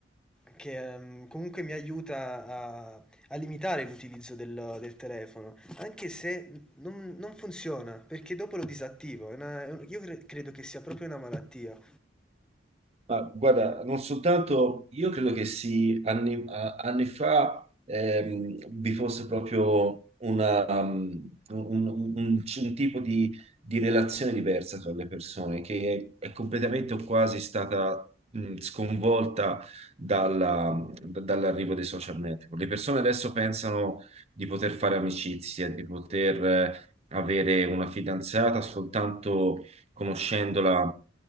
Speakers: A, in the centre; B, on the right.
A: che ehm, comunque mi aiuta a, a limitare l'utilizzo del, del telefono, anche se non, non funziona, perché dopo lo disattivo. È una- è un- io cre- credo che sia proprio una malattia.
B: Ma guarda, non soltanto, io credo che sì, anni, a- anni fa ehm, vi fosse proprio una, um, un, un- un- un tipo di, di relazione diversa tra le persone che è completamente o quasi stata mh, sconvolta dalla- da- dall'arrivo dei social network. Le persone adesso pensano di poter fare amicizie, di poter eh, avere una fidanzata soltanto conoscendola